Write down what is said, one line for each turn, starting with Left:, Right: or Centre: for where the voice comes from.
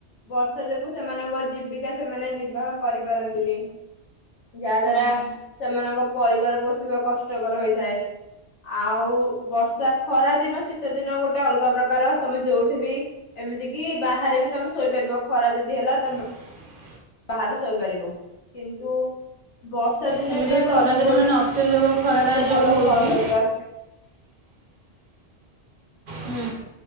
Left: ବର୍ଷ ବର୍ଷା ଯୋଗୁ ସେମାନଙ୍କ ଜୀବିକା ସେମାନେ ନିର୍ବାହ କରିପାରନ୍ତିନି ଯାହା ଦ୍ଵାରା
Right: ହଁ
Left: ସେମାନଙ୍କ ପରିବାର ପୋଷିବା କଷ୍ଟକର ହୋଇଥାଏ ଆଉ ବର୍ଷା ଖରା ଦିନ ଶୀତ ଦିନ ଗୋଟେ ଅଲଗା ପ୍ରକାର ତମେ ଯୋଉଠି ବି ଏମିତି କି ବାହାରେ ବି ତମେ ଶୋଇପାରିବ ଖରା ଯଦି ହେଲା ତମେ
Right: <inaudible>
Left: ବାହାରେ ଶୋଇପାରିବୁ କିନ୍ତୁ ବର୍ଷା ଦିନେ
Right: ହେଲେ ବି ଖରାଦିନେ
Left: ତମକୁ ଗୋଟେ
Right: ମାନେ ଅତ୍ୟଧିକ ଖରାଟା
Left: ଗୋଟେ ଭଲ
Right: ଯେଉଁ ହେଉଛି
Left: ଘର ଦରକାର
Right: ହୁଁ